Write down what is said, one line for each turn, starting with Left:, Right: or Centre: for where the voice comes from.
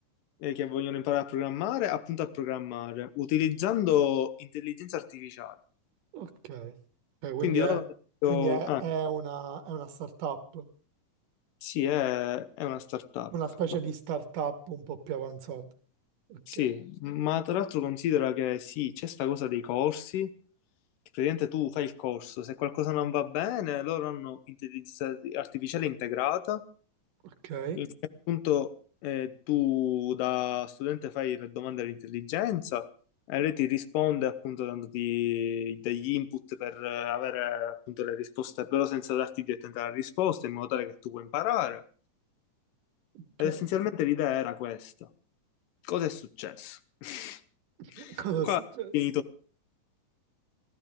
Left: eh, che vogliono imparare a programmare, appunto a programmare, utilizzando intelligenza artificiale.
Right: ok. Ok, quindi
Left: Quindi
Right: è,
Left: loro hanno detto,
Right: quindi è,
Left: ah,
Right: è una, è una startup,
Left: sì, è, è una startup,
Right: una specie di startup un po' più avanzata. Ok,
Left: sì, ma tra l'altro considera che sì, c'è sta cosa dei corsi, Praticamente tu fai il corso, se qualcosa non va bene, loro hanno intelligenza artificiale integrata,
Right: ok,
Left: in cui appunto eh, tu da studente fai le domande all'intelligenza e lei ti risponde appunto dandoti degli input per eh, avere appunto le risposte, però senza darti direttamente la risposta, in modo tale che tu puoi imparare.
Right: ok.
Left: Ed essenzialmente l'idea era questa. Cosa è successo? <laughs>
Right: <laughs> Cosa
Left: Qua
Right: è successo?
Left: è finito